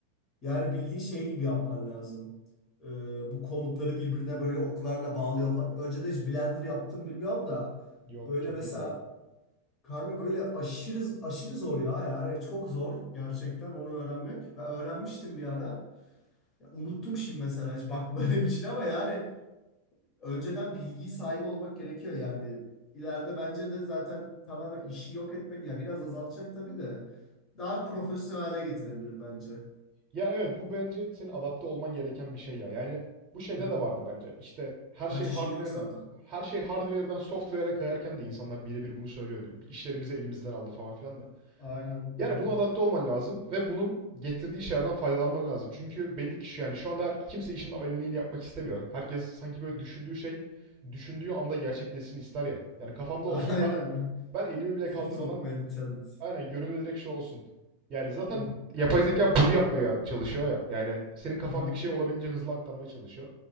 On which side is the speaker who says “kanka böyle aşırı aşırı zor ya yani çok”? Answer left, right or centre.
Left